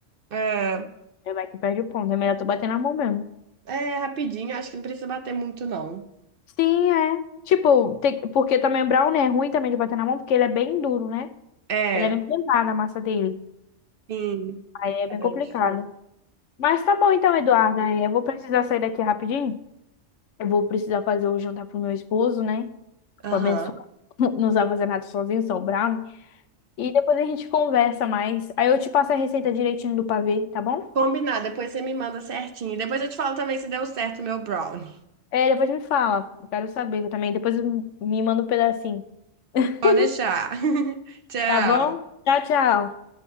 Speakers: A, on the right; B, on the left.
A: É,
B: É, vai que perde o ponto. É melhor tu bater na mão mesmo.
A: é rapidinho, acho que não precisa bater muito, não.
B: Sim, é. Tipo, tem, porque também o brownie é ruim também de bater na mão, porque ele é bem duro, né?
A: É,
B: Ele é bem pesado a massa dele.
A: sim.
B: Aí é bem
A: É bem
B: complicado.
A: difícil.
B: Mas tá bom então, Eduarda. Eu vou precisar sair daqui rapidinho. Eu vou precisar fazer o jantar pro meu esposo, né?
A: Aham.
B: o abençoado <laughs> não sabe fazer nada <laughs> sozinho, só o brownie. E depois a gente conversa mais. Aí eu te passo a receita direitinho do pavê, tá bom?
A: Combinado, depois você me manda certinho. Depois eu te falo também se deu certo o meu brownie.
B: É, depois me fala. Eu quero saber também. Depois me manda um pedacinho. <laughs>
A: Pode deixar. <laughs> Tchau.
B: Tá bom? Tchau, tchau.